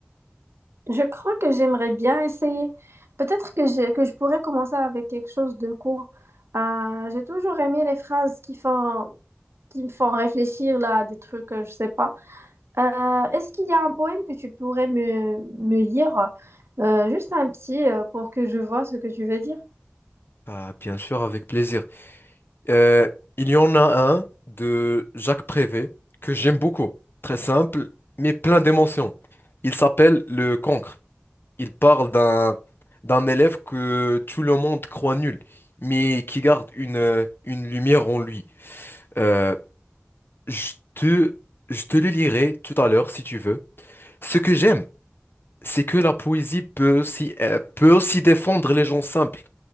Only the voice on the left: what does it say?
Ah, bien sûr, avec plaisir. Euh, il y en a un de Jacques Prévert que j'aime beaucoup. Très simple, mais plein d'émotions. Il s'appelle Le Cancre. Il parle d'un d'un élève que tout le monde croit nul, mais qui garde une, euh, une lumière en lui. Euh, je te, je te le lirai tout à l'heure si tu veux. Ce que j'aime, c'est que la poésie peut aussi, euh, peut aussi défendre les gens simples,